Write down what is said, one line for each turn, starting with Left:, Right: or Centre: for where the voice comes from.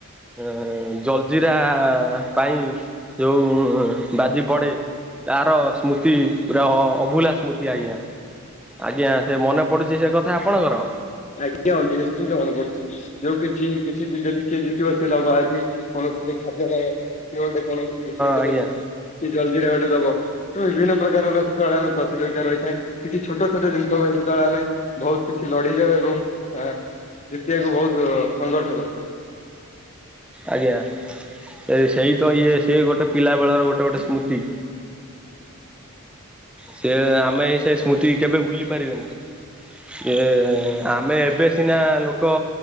Centre: ଅଁ ଜଲଜିରା ପାଇଁ ଯୋଉ ବାଜି ପଡେ। ତାର ସ୍ମୃତି ପୁରା ଅଭୁଲା ସ୍ମୃତି ଆଜ୍ଞା। ଆଜ୍ଞା ସେ ମନେ ପଡୁଛି ସେ କଥା ଆପଣଙ୍କର।
Left: ଆଜ୍ଞା <unintelligible> ନିଶ୍ଚିନ୍ତ <unintelligible> ପଡୁଚି। ଯୋଉ କିଛି-କିଛି ବି ଯଦି କିଏ ଜିତିବ ସେ ଦବ ଆଜି କୌଣସି ଗୋଟେ ଖାଦ୍ୟ ଦବ। କିଏ ଗୋଟେ କୌଣସି କୁରକୁରେ ଟେ ଦବ
Centre: ଆଜ୍ଞା
Left: କି ଜଲଜୀରା ଗୋଟେ ଦବ ତ ବିଭିନ୍ନ ପ୍ରକାରର ସେତବେଳେ ଆମେ ପ୍ରତିଯୋଗିତା ରହିଥାଏ କିଛି ଛୋଟ-ଛୋଟ ଜିନିଷ ପାଇଁ ଯେତବେଳେ ଆମେ ବହୁତ୍ କିଛି ଲଢିଯାଉ ଏବଂ ଜିତିବାକୁ ବହୁତ୍ ସଂଘର୍ଷ କରୁଥାଉ।
Centre: ଆଜ୍ଞା ସେ ସେଇ ତ ଇଏ ସେ ଗୋଟେ ପିଲା ବେଳର ଗୋଟେ-ଗୋଟେ ସ୍ମୃତି। ସେ ଆମେ ସେ ସ୍ମୃତି କେବେ ଭୁଲି ପାରିବେନି। ଏ ଆମେ ଏବେ ଚିହ୍ନା ଲୋକ